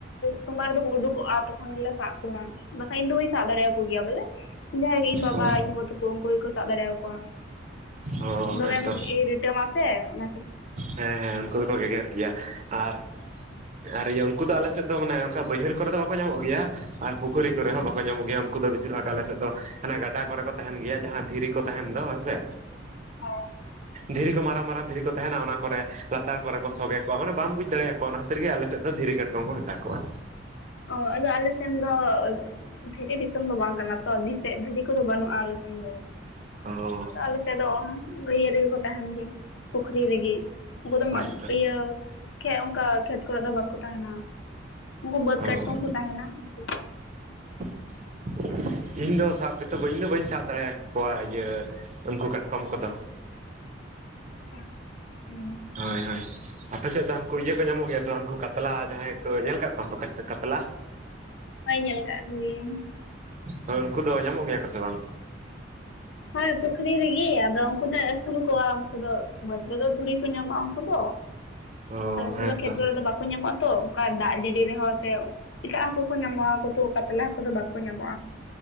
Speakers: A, on the left; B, on the right.
A: ᱥᱚᱢᱟᱱ ᱨᱮᱫᱚ ᱩᱰᱩᱠᱚᱜ-ᱟ ᱛᱚᱠᱷᱚᱱ ᱜᱮᱞᱮ ᱥᱟᱵ ᱠᱚᱢᱟ ᱵᱟᱠᱷᱟᱡ ᱤᱧ ᱫᱚ ᱵᱟᱹᱧ ᱥᱟᱵ ᱫᱟᱲᱮᱭ ᱠᱩ ᱜᱮᱭᱟ ᱵᱚᱞᱮ ᱡᱟᱦᱟᱸᱭ ᱜᱮ ᱤᱧ ᱵᱟᱵᱟ
B: ᱚ
A: ᱤᱧ ᱜᱚ ᱛᱟᱠᱚ ᱩᱱᱠᱩ ᱜᱮᱠᱚ ᱥᱟᱵ ᱫᱟᱲᱮᱭ ᱟᱠᱚᱣᱟ᱾
B: ᱚ
A: ᱫᱚᱢᱮ
B: ᱦᱮᱸᱛᱚ
A: ᱠᱚ ᱨᱤᱴᱟᱹᱢ ᱟᱥᱮ ᱚᱱᱟ ᱠᱷᱟ
B: ᱦᱮᱸ ᱦᱮᱸ ᱩᱱᱠᱩ ᱫᱚᱠᱚ ᱜᱮᱜᱮᱨ ᱜᱮᱭᱟ ᱟᱨ ᱟᱨ ᱤᱭᱟᱹ ᱠᱩ ᱫᱚ ᱟᱞᱮ ᱥᱮᱫ ᱫᱚ ᱢᱟᱱᱮ ᱚᱱᱠᱟ ᱵᱟᱹᱭᱦᱟᱹᱲ ᱠᱚᱨᱮ ᱫᱚ ᱵᱟᱠᱚ ᱧᱟᱢᱚᱜ ᱜᱮᱭᱟ ᱟᱨ ᱯᱩᱠᱷᱨᱤ ᱠᱚᱨᱮ ᱦᱚᱸ ᱵᱟᱠᱚ ᱧᱟᱢᱚᱜ ᱜᱮᱭᱟ ᱩᱱᱠᱩ ᱫᱚ ᱵᱤᱥᱤᱨ ᱵᱷᱟᱜᱽ ᱟᱞᱮ ᱥᱮᱫ ᱫᱚ ᱦᱟᱱᱮ ᱜᱟᱰᱟ ᱠᱚᱨᱮ ᱠᱚ ᱛᱟᱦᱮᱱ ᱜᱮᱭᱟ ᱡᱟᱦᱟᱸ ᱫᱷᱤᱨᱤ ᱠᱚ ᱛᱟᱦᱮᱱ ᱫᱚ ᱦᱮᱸ ᱥᱮ,
A: ᱦᱮᱸ
B: ᱫᱷᱤᱨᱤ ᱠᱚ ᱢᱟᱨᱟᱝ ᱢᱟᱨᱟᱝ ᱫᱷᱤᱨᱤ ᱠᱚ ᱛᱟᱦᱮᱱᱟ ᱚᱱᱟ ᱠᱚᱨᱮ ᱞᱟᱛᱟᱨ ᱠᱚᱨᱮ
A: ᱦᱩᱸ
B: ᱠᱚ ᱥᱚᱜᱮ ᱠᱚ ᱢᱟᱱᱮ ᱵᱟᱢ ᱵᱩᱡᱽ ᱫᱟᱲᱮ ᱟᱠᱚᱣᱟ ᱚᱱᱟ ᱠᱷᱟᱹᱛᱤᱨ ᱜᱮ ᱟᱞᱮ ᱥᱮᱫ ᱫᱚ ᱫᱷᱤᱨᱤ ᱠᱟᱴᱠᱚᱢ ᱠᱚ ᱢᱮᱛᱟ ᱠᱚᱣᱟ᱾
A: ᱚ ᱟᱫᱚ ᱟᱞᱮ ᱥᱮᱱ ᱫᱚ ᱫᱷᱤᱨᱤ ᱫᱤᱥᱚᱢ ᱫᱚ ᱵᱟᱝ ᱠᱟᱱᱟ ᱛᱚ ᱫᱷᱤᱨᱤ ᱠᱚᱫᱚ ᱵᱟᱹᱱᱩᱜ-ᱟ ᱟᱞᱮ ᱥᱮᱱ ᱫᱚ᱾
B: ᱚ
A: ᱟᱫᱚ ᱟᱞᱮ ᱥᱮᱫ ᱫᱚ ᱵᱟᱹᱭᱟᱹᱲ ᱨᱮᱜᱮ ᱠᱚ ᱛᱟᱦᱮᱱ ᱜᱮᱭᱟ᱾ ᱯᱩᱠᱷᱨᱤ ᱨᱮᱜᱤ ᱩᱱᱠᱩ ᱫᱚ
B: ᱦᱳᱭᱛᱚ᱾
A: ᱤᱭᱟᱹ ᱚᱱᱠᱟ ᱠᱷᱮᱛ ᱠᱚᱨᱮ ᱫᱚ ᱵᱟᱝᱠᱚ ᱛᱟᱦᱮᱱᱟ᱾ ᱩᱱᱠᱩ ᱵᱟᱹᱫᱽ
B: ᱚ
A: ᱠᱟᱴᱠᱚᱢ ᱠᱚ ᱛᱟᱦᱮᱱᱟ ᱩᱱᱠᱩ,
B: <inaudible> ᱤᱧ ᱫᱚ ᱥᱟᱵ ᱜᱮᱛᱚ ᱵᱟᱹᱤᱧ ᱤᱧ ᱫᱚ ᱵᱟᱹᱧ ᱥᱟᱵ ᱫᱟᱲᱮᱭ ᱠᱚᱣᱟ ᱤᱭᱟᱹ ᱩᱱᱠᱩ ᱠᱟᱴᱠᱚᱢ ᱠᱚᱫᱚ᱾
A: ᱪᱷᱟ ᱦᱩᱸ
B: ᱦᱚᱸᱭ ᱦᱚᱸᱭ, ᱟᱯᱮ ᱥᱮᱫ ᱫᱚ ᱦᱟᱱᱠᱩ ᱤᱭᱟᱹ ᱠᱚ ᱧᱟᱢᱚᱜ ᱜᱮᱭᱟ ᱥᱮ ᱦᱟᱱᱠᱩ ᱠᱟᱛᱞᱟ ᱡᱟᱦᱟᱸᱭ ᱠᱚ ᱧᱮᱞ ᱟᱠᱟᱫ ᱠᱚᱣᱟ ᱛᱚ ᱠᱟᱛᱞᱟ
A: ᱦᱚᱭ ᱧᱮᱞ ᱠᱟᱜ ᱠᱚ ᱜᱤ ᱭᱟᱹᱧ᱾
B: ᱦᱳᱭ ᱩᱱᱠᱩ ᱫᱚ ᱧᱟᱢᱚᱜ ᱜᱮᱭᱟ ᱠᱚ ᱥᱮ ᱵᱟᱝ?
A: ᱦᱳᱭ ᱯᱩᱠᱷᱨᱤ ᱨᱮᱜᱤ ᱟᱫᱚ ᱩᱱᱠᱩ ᱫᱚ ᱟᱹᱥᱩᱞ ᱠᱚᱣᱟ ᱩᱱᱠᱩ ᱫᱚ ᱵᱟᱹᱫᱽ ᱨᱮᱫᱚ ᱛᱷᱩᱲᱤ ᱠᱚ ᱧᱟᱢᱚᱜᱼᱟ ᱩᱱᱠᱩ ᱫᱚ᱾
B: ᱚ
A: ᱟᱞᱮ ᱥᱮᱱ
B: ᱦᱮᱸᱛᱚ
A: ᱫᱚ ᱠᱷᱮᱛ ᱠᱚᱨᱮ ᱫᱚ ᱵᱟᱠᱚ ᱧᱟᱢᱚᱜᱼᱟ ᱛᱚ, ᱚᱱᱠᱟ ᱫᱟᱜ ᱡᱟᱹᱰᱤ ᱨᱮᱦᱚᱸ ᱥᱮ ᱮᱴᱟᱜ ᱦᱟᱹᱠᱩ ᱠᱚ ᱧᱟᱢᱚᱜᱼᱟ ᱩᱱᱠᱩ ᱛᱚ ᱠᱟᱛᱟᱞᱟ ᱦᱟᱹᱠᱩ ᱫᱚ ᱵᱟᱠᱚ ᱧᱟᱢᱚᱜᱼᱟ᱾